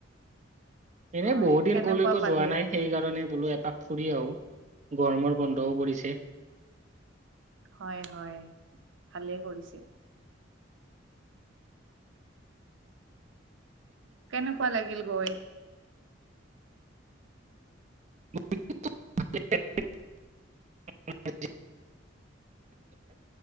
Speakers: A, on the right; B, on the right.
A: এনেই
B: হয়
A: বহুত দিন
B: কেনেকুৱা
A: কলৈকো
B: পালে
A: যোৱা নাই। সেইকাৰণে বোলো এপাক ফুৰি আহো, গৰমৰ বন্ধও পৰিছে।
B: হয় হয়, ভালেই কৰিছে। কেনেকুৱা লাগিল গৈ?
A: <unintelligible>